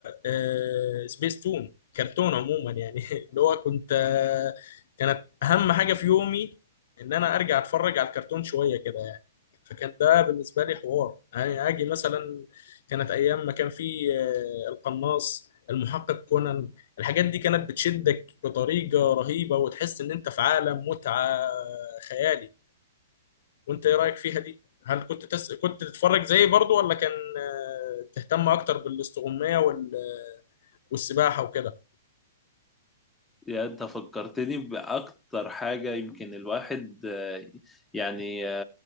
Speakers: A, on the left; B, in the centre.
A: آه، سبيس تون كرتون عموما يعني <laughs> اللي هو كنت آه، كانت اهم حاجه في يومي ان انا ارجع اتفرج على الكرتون شويه كده يعني فكان ده بالنسبه لي حوار يعني اجي مثلا كانت ايام ما كان في آه، القناص المحقق كونان الحاجات دي كانت بتشدك بطريقه رهيبه وتحس ان انت في عالم متعه خيالي وانت ايه رايك فيها دي هل كنت تس... كنت تتفرج زيي برضو ولا كان آه، تهتم اكتر بالاستغمايه وال... والسباحه وكده
B: يعني أنت فكرتني بأكتر حاجة يمكن الواحد آه، يعني